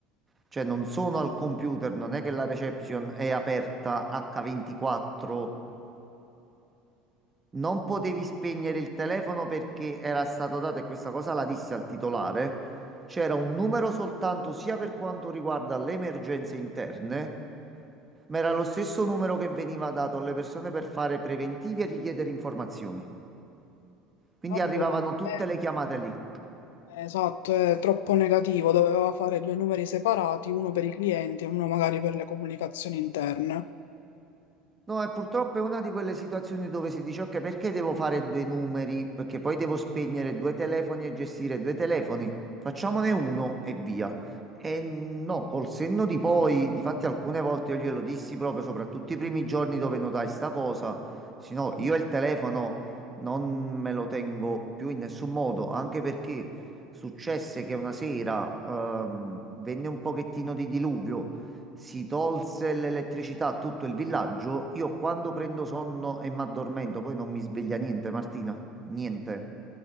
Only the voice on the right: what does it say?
Cioè, non sono al computer, non è che la reception è aperta H24 non potevi spegnere il telefono perché era stato dato, e questa cosa la dissi al titolare, c'era un numero soltanto sia per quanto riguarda le emergenze interne, ma era lo stesso numero che veniva dato alle persone per fare preventivi e richiedere informazioni. Quindi
arrivavano
tutte
le chiamate lì.
No, e purtroppo è una di quelle situazioni dove si dice, ok, perché devo fare due numeri? Perché poi devo spegnere due telefoni e gestire due telefoni. Facciamone uno e via. E no, col senno di poi, difatti alcune volte io glielo dissi proprio, soprattutto i primi giorni dove notai sta cosa, se no, io
il telefono non me lo tengo più in nessun modo, anche perché successe che una sera ehm, venne un pochettino di diluvio. Si tolse l'elettricità a tutto il villaggio. Io quando prendo sonno e mi addormento, poi non mi sveglia niente, Martina. Niente.